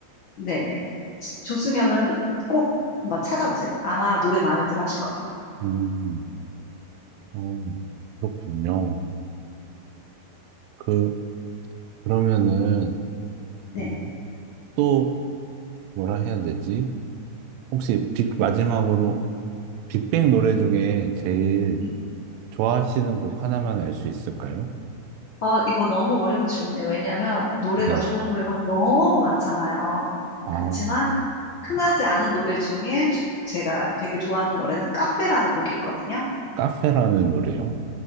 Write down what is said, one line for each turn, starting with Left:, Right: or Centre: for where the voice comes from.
Left: 네, 네. 조승연은 꼭 한번 찾아보세요. 아마 노래 마음에 들어 하실 거예요.
Right: 음, 어, 그렇군요. 그, 그러면은,
Left: 네.
Right: 어, 또, 뭐라 해야 되지? 혹시 빅, 마지막으로 빅뱅 노래 중에 제일
Left: 음.
Right: 좋아하시는 곡 하나만 알 수 있을까요?
Left: 어, 이거 너무 어려운 질문이에요. 왜냐하면 노래가
Right: 네.
Left: 좋은 노래가 너무 많잖아요.
Right: 아,
Left: 그렇지만 흔하지 않은 노래 중에 주- 제가 되게 좋아하는 노래는 카페라는 곡이 있거든요.
Right: 카페라는 노래요?